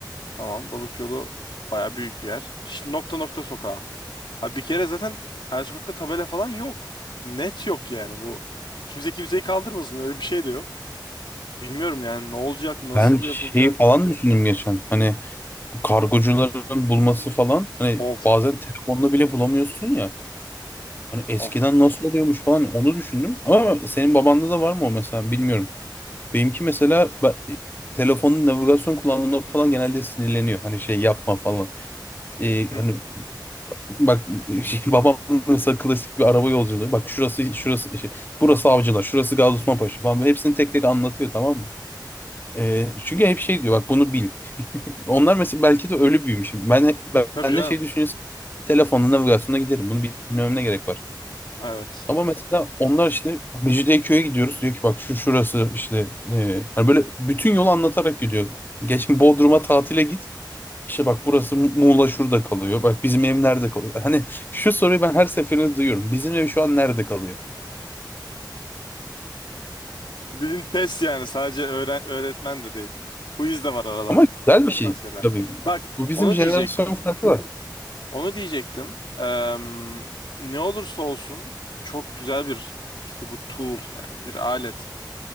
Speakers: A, on the left; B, on the left.
A: Tamam, Balık yolu baya büyük bir yer. Şimdi nokta nokta sokağa. Ha bir kere zaten her sokakta tabela falan yok. Net yok yani bu. Kimse kimseyi kandırmasın öyle bir şey de yok. Bilmiyorum yani ne olacak, nasıl
B: Ben şeyi
A: yapılacak.
B: falan düşündüm geçen. Hani bu kargocuların bulması falan. Hani
A: Of,
B: bazen telefonla bile bulamıyorsun ya. Hani eskiden
A: of.
B: nasıl oluyormuş falan onu düşündüm. Ama senin babanda da var mı o mesela bilmiyorum. Benimki mesela ben, e, telefonun navigasyon kullandığımda falan genelde sinirleniyor. Hani şey yapma falan. Ee,
A: Hı.
B: hani bak <laughs> şey, babam mesela klasik bir araba yolculuğu. Bak şurası şurası e, şey, burası Avcılar, şurası Gazi Osman Paşa falan. Böyle Hepsini tek tek anlatıyor tamam mı? Ee, çünkü hep şey diyor bak bunu bil. <laughs> Onlar mesela belki de öyle büyümüş. Ben,
A: Tabii
B: ben
A: canım.
B: de şey düşünüyorsun. Telefonla navigasyona giderim. Bunu bilmem ne gerek var.
A: Evet.
B: Ama mesela onlar işte Mecidiyeköy'e gidiyoruz. Diyor ki bak şu şurası işte e, hani böyle bütün yolu anlatarak gidiyor. Geçen Bodrum'a tatile git. İşte bak burası Mu- Muğla şurada kalıyor. Bak bizim ev nerede kalıyor? Hani şu soruyu ben her seferinde duyuyorum. Bizim ev şu an nerede kalıyor?
A: Bizim test yani sadece öğre- öğretmen de değil. Quiz de var arada.
B: Ama güzel bir şey
A: Maskeler.
B: tabii.
A: Bak
B: Bu bizim
A: onu
B: jenerasyon
A: diyecektim.
B: farkı var.
A: Onu diyecektim. Eee, ne olursa olsun çok güzel bir işte bu tool yani bir alet.